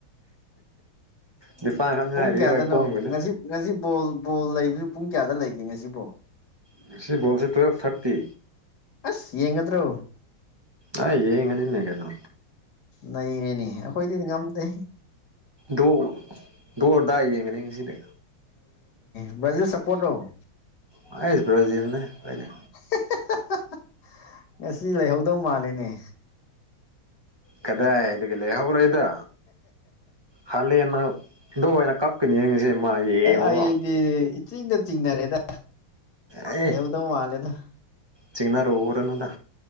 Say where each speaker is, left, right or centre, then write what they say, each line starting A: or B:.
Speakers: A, on the right; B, on the left.
A: ꯅꯤꯄꯥꯟ ꯈꯛ ꯉꯥꯏꯔꯤ
B: ꯄꯨꯡ ꯀꯌꯥꯗꯅꯣ
A: ꯍꯣꯏ ꯄꯨꯡꯕꯨꯗꯤ
B: ꯉꯁꯤ ꯉꯁꯤ ꯕꯣꯜ ꯕꯣꯜ ꯂꯩꯕꯁꯨ ꯄꯨꯡ ꯀꯌꯥꯗ ꯂꯩꯒꯦ ꯉꯁꯤꯕꯣ
A: ꯉꯁꯤ ꯕ‌ꯣꯜꯁꯦ ꯇ꯭ꯨꯋꯦꯜꯞ ꯊꯥꯔꯇꯤ
B: ꯑꯁ ꯌꯦꯡꯒꯗ꯭ꯔꯣ
A: ꯑꯥ ꯌꯦꯡꯉꯅꯤꯅꯦ ꯀꯩꯅꯣ
B: ꯅꯩꯔꯅꯤ ꯑꯩꯈꯣꯏꯗꯤ ꯉꯝꯗ‌ꯦ
A: ꯗ‌ꯣ ꯗ‌ꯣꯔꯗꯥ ꯌꯦꯡꯒꯅꯤ ꯉꯁꯤꯗꯤ
B: ꯕꯔꯖꯤꯜ ꯁꯞꯄꯣꯔꯠ ꯂ‌ꯣ
A: ꯑꯩꯁ ꯕ꯭ꯔꯥꯖꯤꯜꯅꯦ ꯑꯩꯈꯣꯏꯗꯤ
B: <unintelligible> ꯉꯁꯤ ꯂꯩꯍꯧꯗꯧ ꯃꯥꯜꯂꯤꯅꯦ
A: ꯀꯗꯥꯏ ꯑꯗꯒꯤ ꯂꯩꯍ‌ꯧꯔ‌ꯣꯏꯗ ꯍꯥꯂꯦꯟꯅ ꯂ‌ꯣꯟꯅ ꯀꯞꯀꯅꯤꯁꯦ ꯃꯥ ꯌꯦꯡꯉ‌ꯣꯕ
B: ꯑꯩꯗꯤ ꯏꯆꯤꯡꯗ ꯆꯤꯡꯅꯔꯦꯗ
A: ꯑꯦ
B: ꯂꯩꯍꯧꯗꯧ ꯃꯥꯜꯂꯦꯗ
A: ꯆꯤꯡꯅꯔꯨꯔꯅꯨꯗ